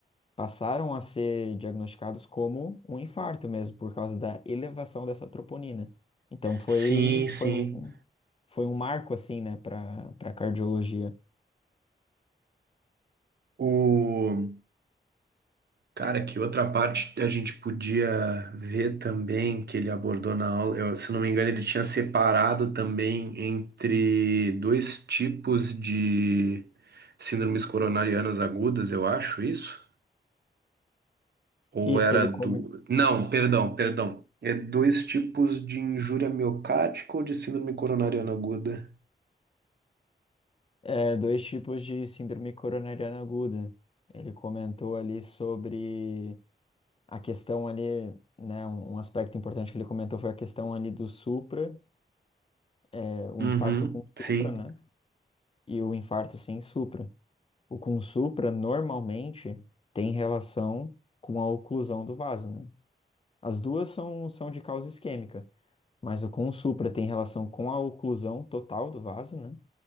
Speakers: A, on the left; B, on the right.
A: passaram a ser diagnosticados como um infarto mesmo, por causa da elevação dessa troponina. Então foi,
B: sim, sim.
A: foi um, foi um marco, assim, né, para para cardiologia.
B: O cara, que outra parte a gente podia ver também que ele abordou na aula, eu, se não me engano, ele tinha separado também entre dois tipos de síndromes coronarianas agudas, eu acho isso. Ou
A: Isso,
B: era
A: ele,
B: do.
A: come,
B: Não, perdão, perdão. É dois tipos de injúria miocárdica ou de síndrome coronariana aguda?
A: É, dois tipos de síndrome coronariana aguda. Ele comentou ali sobre a questão ali, né? Um um aspecto importante que ele comentou foi a questão ali do supra, é, o
B: Uhum,
A: infarto com
B: sim,
A: supra, né? E o infarto sem supra. O com supra normalmente tem relação com a oclusão do vaso, né? As duas são, são de causa isquêmica, mas o com supra tem relação com a oclusão total do vaso, né?